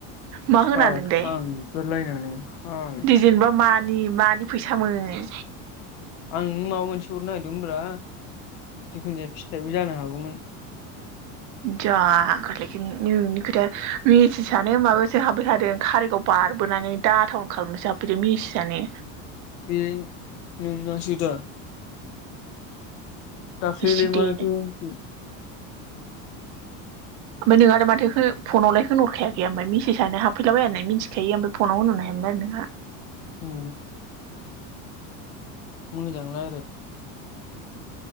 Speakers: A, on the right (about 45°); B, on the left (about 80°).
A: मा
B: साला
A: होना नोंलाय
B: थांगोरलायनानै फालतु
A: दिजेनबा मानि मानि फैसामोन
B: आं नों माबा मोनसे हरनो नागिरदोंमोनब्रा। जिखुन जाया फिथाइबो जानो हागौमोन
A: जागारलायगोन नोंनि खोथाया मेसिसआनो माबासो हाबफै थादों खारिगाव बारबोनानै दाथावनो खालामनोसो हाबफैद मेसिसानो
B: बे नोंनासोदा दाख्लै
A: सिदे
B: लाय मा <unintelligible> मखि
A: ओमफ्राय नों आरो माथो खो फनलाय होनहरखायाखै ओमफ्राय मसेजआनो हाफैलाबाय होननानै मिथिखायो ओमफ्राय फ'नाव होनरनो हायामोन आरो नोंहा
B: औ मोजां रायलाय